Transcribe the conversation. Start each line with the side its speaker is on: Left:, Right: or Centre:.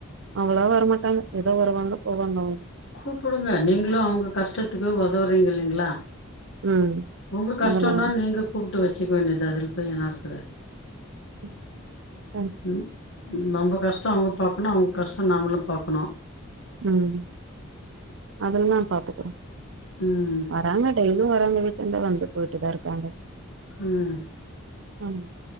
Right: அவ்ளோவா வரமாட்டாங்க எதோ வருவாங்க போவாங்க அவ்ளோ
Left: கூப்புடுங்க நீங்ளு அவுங்க கஷ்டத்துக்கு உதவுறீங்க இல்லைங்ளா
Right: ம்
Left: உங்க கஷ்டோனா
Right: அதெல்லா
Left: நீங்க கூப்ட்டு வெச்சுக்க வேண்டிதுதா இதுல போய் என்ன இருக்குது
Right: ம் ம்
Left: ம் நம்ப கஷ்டோ அவுங்க பாக்கணு அவுங்க கஷ்டோ நாமளு பாக்கணு
Right: ம் அதுலதா பாத்துக்கறோ
Left: ம்
Right: வராங்க டெய்லியு வராங்க வீட்டாண்ட வந்து போய்ட்டுதா இருக்காங்க
Left: ம்
Right: ஆமா